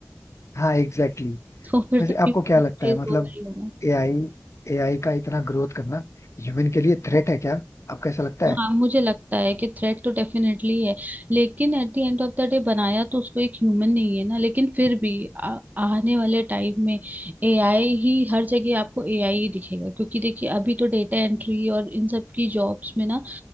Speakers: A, on the left; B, on the right.
A: हाँ एग्जैक्टली exactly.
B: <laughs> तो फिर
A: वैसे
B: तो
A: आपको
B: चीज
A: क्या लगता है मतलब
B: हो गई होगा
A: एआई एआई का इतना ग्रोथ करना ह्यूमन के लिए थ्रेट है क्या आपको ऐसा लगता
B: हाँ
A: है
B: मुझे लगता है कि थ्रेट तो डेफिनेटली है लेकिन at the end of the day बनाया तो उसको एक ह्यूमन नहीं है ना लेकिन फिर भी आ, आने वाले टाइम में एआई ही हर जगह आपको एआई ही दिखेगा क्योंकि देखिए अभी तो डेटा एंट्री और इन सब की जॉब्स में ना